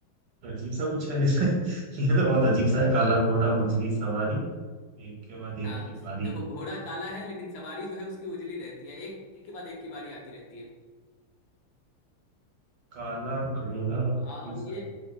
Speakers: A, on the right; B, on the left.
A: अजीब सा कुछ है जैसे <laughs> ये तो बहुत अजीब सा है काला घोड़ा उजली सवारी एक के बाद एक
B: हाँ
A: की बारी
B: देखो घोड़ा काला है लेकिन सवारी जो है उसकी उजली रहती है एक, एक के बाद एक की बारी आती रहती है
A: काला घोड़ा उजली
B: और
A: सवारी
B: ये